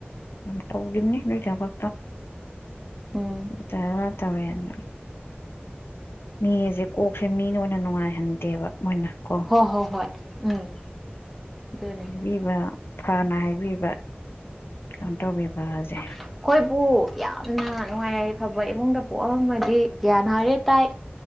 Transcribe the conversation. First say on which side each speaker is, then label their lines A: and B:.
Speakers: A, on the left; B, in the centre.
A: ꯌꯥꯝ ꯇꯧꯈꯤꯕꯅꯤ ꯅꯣꯏ <unintelligible>
B: ꯎꯝ
A: ꯇꯥꯔꯥ ꯇꯧꯋꯦ <unintelligible> ꯃꯤ ꯍꯥꯏꯁꯦ ꯀꯣꯛꯁꯦ ꯃꯤꯅ ꯑꯣꯏꯅ ꯅꯨꯡꯉꯥꯏꯍꯟꯗꯦꯕ ꯃꯣꯏꯅ ꯀꯣ
B: ꯍꯣꯏ ꯍꯣꯏ ꯍꯣꯏ ꯎꯝ ꯎꯝ
A: ꯕꯤꯕ ꯐꯅ ꯍꯥꯏꯕꯤꯕ ꯀꯩꯅꯣ ꯇꯧꯕꯤꯕꯁꯦ
B: ꯑꯩꯈꯣꯏꯕꯨ ꯌꯥꯝꯅ ꯅꯨꯡꯉꯥꯏ ꯌꯥꯐꯕ ꯏꯃꯨꯡꯗ ꯄꯣꯛꯑꯝꯃꯗꯤ ꯒ꯭ꯌꯥꯟ ꯍꯥꯏꯥꯔꯦ ꯇꯥꯏ